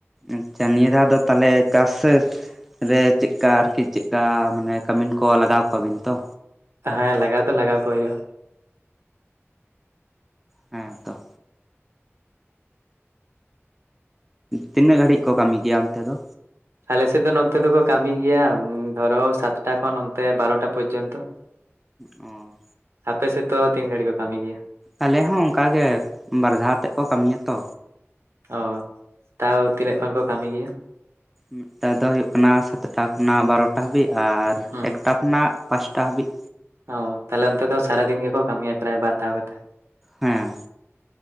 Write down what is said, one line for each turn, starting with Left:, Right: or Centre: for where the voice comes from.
Centre: ᱟᱪᱪᱷᱟ ᱱᱤᱭᱟᱹ ᱫᱷᱟᱣ ᱫᱚ ᱛᱟᱦᱚᱞᱮ ᱪᱟᱥ ᱥᱷᱮᱥ᱾ ᱨᱮ ᱪᱮᱠᱽᱠᱟ ᱟᱨᱠᱤ ᱪᱮᱠᱽᱠᱟ ᱢᱟᱱᱮ ᱠᱟᱹᱢᱤᱱ ᱠᱚ ᱞᱟᱜᱟᱣ ᱠᱚᱣᱟᱵᱤᱱ ᱛᱚ᱾
Right: ᱦᱮᱸ ᱞᱟᱜᱟᱣ ᱫᱚ ᱞᱟᱜᱟᱣ ᱠᱚ ᱦᱩᱭᱳᱜᱼᱟ᱾
Centre: ᱦᱮᱸ ᱛᱚ ᱛᱤᱱᱟᱹᱜ ᱜᱷᱟᱹᱲᱤᱡ ᱠᱚ ᱠᱟᱹᱢᱤ ᱜᱮᱭᱟ ᱚᱱᱛᱮ ᱫᱚ?
Right: ᱟᱞᱮᱥᱮᱫ ᱫᱚ ᱱᱚᱱᱛᱮ ᱫᱚᱠᱚ ᱠᱟᱢᱤ ᱜᱮᱭᱟ ᱫᱷᱚᱨᱚ ᱥᱟᱛᱴᱟ ᱠᱷᱚᱱ ᱱᱚᱱᱛᱮ ᱵᱟᱨᱳᱴᱟ ᱯᱚᱨᱡᱚᱱᱛᱚ᱾
Centre: ᱚ᱾
Right: ᱟᱯᱮ ᱥᱮᱫ ᱫᱚ ᱛᱤᱱ ᱜᱷᱟᱹᱲᱤᱡ ᱠᱚ ᱠᱟᱢᱤᱭ ᱜᱮᱭᱟ?
Centre: ᱟᱞᱮ ᱦᱚᱸ ᱚᱱᱠᱟ ᱜᱮ ᱵᱟᱨ ᱫᱷᱟᱣ ᱟᱛᱮᱛ ᱠᱚ ᱠᱟᱢᱤᱭᱟ ᱛᱚ᱾
Right: ᱚ ᱛᱟᱣ ᱛᱤᱱᱟᱹᱜ ᱠᱷᱚᱱ ᱠᱚ ᱠᱟᱢᱤᱭ ᱜᱮᱭᱟ?
Centre: ᱢᱤᱫᱴᱟᱝ ᱫᱚ ᱦᱳᱭᱳᱜ ᱠᱟᱱᱟ ᱥᱟᱛᱴᱟ ᱠᱷᱚᱱᱟᱜ ᱵᱟᱨᱳᱴᱟ ᱦᱟᱵᱤᱡ ᱟᱨ
Right: ᱦᱩᱸ
Centre: ᱮᱠᱴᱟ ᱠᱷᱚᱱᱟᱜ ᱯᱟᱥᱴᱟ ᱦᱟᱹᱵᱤᱡ᱾
Right: ᱚ ᱛᱟᱦᱞᱮ ᱚᱱᱛᱮ ᱫᱚ ᱥᱟᱨᱟ ᱫᱤᱱ ᱜᱮᱠᱚ ᱠᱟᱹᱢᱤᱭᱟ ᱯᱨᱟᱭ ᱵᱟᱨ ᱫᱷᱟᱣ ᱠᱟᱛᱮᱜ᱾
Centre: ᱦᱮᱸ